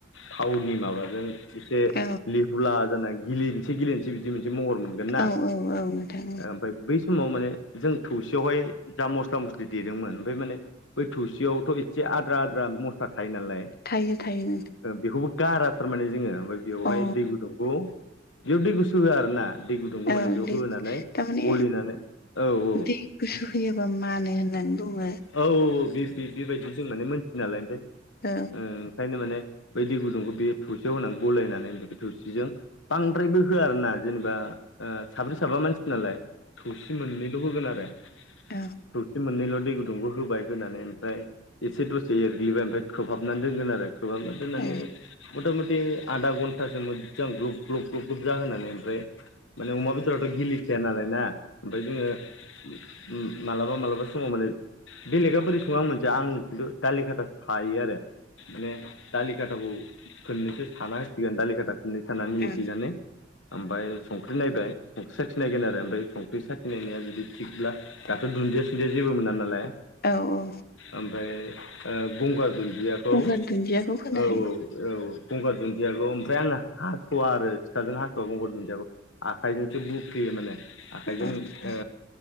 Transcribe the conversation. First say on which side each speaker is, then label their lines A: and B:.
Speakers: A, on the left; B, on the left.
A: थावनि माबाजों एसे
B: औ
A: लेहुला जाना गिलिनसि गिलिनसि बिदि मोनसे महर मोनो गोनना
B: औ औ औ नोंथां औ
A: ओमफ्राय बै बे समाव माने जों थौसियावहाय जा मस्ला मस्लि देदोंमोन ओमफ्राय माने बै थौसियावथ' एसे आद्रा आद्रा मस्ला थायो नालाय
B: थायो थायो नोंथां
A: बेखौबो गारा थारमाने जोङो ओमफ्राय बेवहाय
B: औ
A: दै गुदुंखौ बेयाव दै गुसु होआ आरो ना दै गुदुंखौ
B: औ
A: माने बेयाव
B: दै
A: होनानै
B: थारमाने
A: गलिनानै औ औ
B: दै गुसु होयोबा मानो होननानै बुङो।
A: औ औ औ बे बेबायदि जों माने मोनथियो नालाय ओमफ्राय
B: औ
A: ओंखायनो माने बै दै गुदुंखौ बेयो थौसियाव होनानै गलायनानै बेखौ थौसिजों बांद्रायबो होआ आरो ना जेनेबा ओ साब्रै साबा मानसि नालाय थौसि मोननैल' होगोन आरो
B: औ
A: थौसि मोननैल' दै गुदुंखौ होबाय होनानै ओमफ्राय एसे दसे एरग्लिबाय ओमफ्राय खोबहाबनानै दोनगोन आरो खोबहाब दोननानै
B: औ
A: मथा मथि आधा घन्टासो मोजां ग्ल ग्ल ग्ल ग्लुब जाहोनानै ओमफ्राय माने अमा बेदरावथ' गिलिखाया नालाय ना ओमफाय जोङो मालाबा मालाबा समाव माने बेलेगा बोरै सङो आं मोनथिया आं खिन्थु दालि खाथा सायो आरो माने दालि खाथाखौ खोननैसो साना होसिगोन दालि खाथा खुनै सानानै
B: औ
A: एग्लिनानै ओमफ्राय संख्रि नायबाय संख्रि साखिनायगोन आरो ओमफ्राय बे साखिनायनाया जुदि थिगब्ला दाथ' दुन्दिया सुदिया जेबो मोना नालाय
B: औ औ
A: ओमफ्राय ओ गंगार दुन्दियाखौ
B: गंगार
A: औ
B: दुन्दियाखौ होनो
A: औ
B: हायो
A: औ गंगार दुन्दियाखौ ओमफ्राय आङो हास'वा आरो सिखाजों हास'वा गंगार दुन्दियाखौ आखाइजोंसो बुफुयो माने आखाइजों
B: आदसा
A: ओ